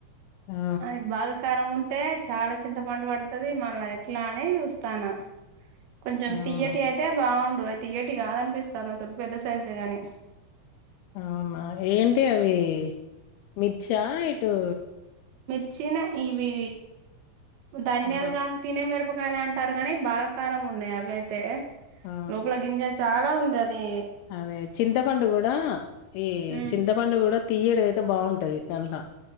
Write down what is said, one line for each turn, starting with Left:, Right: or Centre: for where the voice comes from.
Left: ఆ!
Right: అది బాగా కారం ఉంటే చాలా చింతపండు పడ్ వస్తది మళ్ళా ఎట్లా అనీ చూస్తాన కొంచెం
Left: అవునా!
Right: తీయటి అయితే బాగుండు అ తీయటి గావ్ అనిపిస్తాది అసలు పేద తజ్ గానీ
Left: అవునా ఏంటి అవి మిర్చా ఇటు
Right: చ్చిన ఇవి ధన్యాల్గాది
Left: ఆ!
Right: తినే వార్ గాల అంటారు గాని బాగ్ కారం ఉన్నాయి అవి అయితే
Left: ఆ!
Right: లోపల గింజాలు చాలా ఉం దని
Left: అదే చింతపండు కూడా ఈ
Right: ఉమ్
Left: చింతపండు కూడా తియ్యటిది అయితే బాగుంటది దాంట్ల